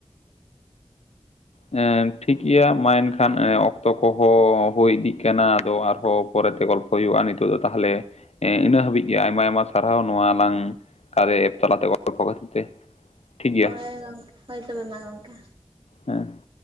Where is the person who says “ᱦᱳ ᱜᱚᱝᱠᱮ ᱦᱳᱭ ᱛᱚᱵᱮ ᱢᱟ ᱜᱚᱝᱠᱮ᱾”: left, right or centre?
Right